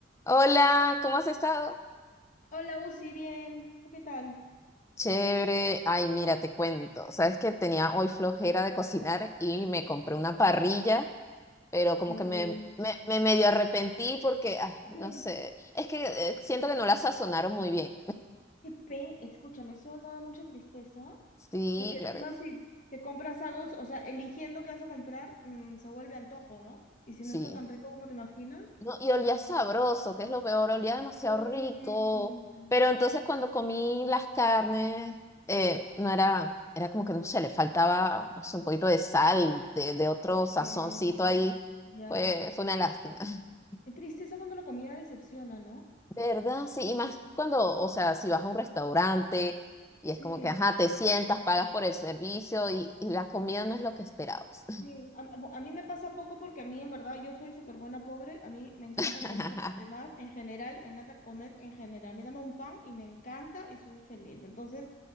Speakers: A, on the left; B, on the left.
A: Hola, ¿cómo has estado?
B: Hola, Uzi, bien. ¿Tú qué tal?
A: Chévere. Ay, mira, te cuento. Sabes que tenía hoy flojera de cocinar y me compré una parrilla, pero como
B: Qué
A: que
B: rico.
A: me, me, me medio arrepentí porque, ah,
B: ¿Por ¿Qué?
A: no sé, es que eh, siento que no la sazonaron muy bien.
B: Qué pe- Escúchame, eso no da mucha tristeza.
A: Sí,
B: Porque
A: claro,
B: encima
A: que sí.
B: si te compras algo, o sea, eligiendo qué vas a comprar, mm, se vuelve antojo, ¿no? Y si
A: Sí.
B: no está tan rico como te imaginas.
A: No, y olía sabroso, que es lo peor, olía demasiado
B: qué-
A: rico. Pero entonces cuando comí las carnes, eh, no era, era como que no sé, le faltaba, no sé, un poquito de sal, de, de otro sazoncito
B: qué-
A: ahí.
B: Ya.
A: Fue, fue una lástima. <laughs>
B: Qué tristeza cuando la comida decepciona, ¿no?
A: ¿Verdad? Sí, y más cuando, o sea, si vas a un restaurante y
B: Sí.
A: es como que, ajá, te sientas, pagas por el servicio y, y la comida no es lo que esperabas.
B: Sí, a, a- mí me pasa poco porque a mí en verdad yo soy súper buena pobre, a mí me encanta
A: <laughs>
B: comer, además en general, me encanta comer en general, a mí dame un pan y me encanta y soy feliz, entonces,